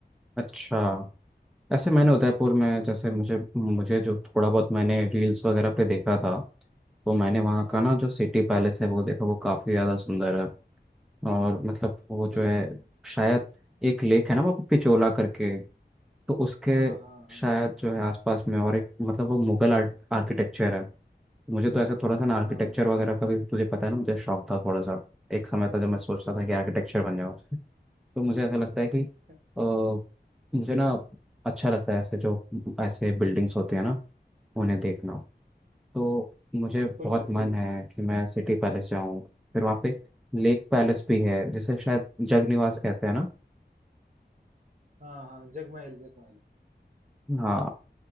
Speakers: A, in the centre; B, on the right.
A: अच्छा ऐसे मैंने उदयपुर में जैसे मुझे मुझे जो थोड़ा बहुत मैंने रील्स वगैरह पे देखा था तो मैंने वहाँ का ना जो सिटी पैलेस है वो देखा वो काफ़ी ज़्यादा सुंदर है और मतलब
B: हैं
A: वो जो
B: बिल्कुल
A: है शायद एक लेक है ना वहाँ पे पिचोला करके तो उसके
B: हाँ हाँ हाँ
A: शायद जो है आसपास में और एक मतलब वो मुगल आर्ट आर्किटेक्चर है मुझे तो ऐसा थोड़ा सा ना आर्किटेक्चर
B: हाँ
A: वगैरह का भी तुझे पता है ना मुझे शौक था थोड़ा सा एक समय था जब मैं सोचता था कि आर्किटेक्चर बन जाऊँ तो मुझे ऐसा लगता है कि
B: <laughs>
A: अ, मुझे ना अच्छा लगता है ऐसे जो ऐसे बिल्डिंग्स होते हैं ना उन्हें देखना तो मुझे
B: बिल्कुल
A: बहुत
B: बिल्कुल
A: मन है कि मैं सिटी पैलेस जाऊं फिर वहाँ पे लेक पैलेस भी है जिसे शायद जग निवास कहते हैं ना
B: हाँ हाँ जगमहल जगमहल
A: हाँ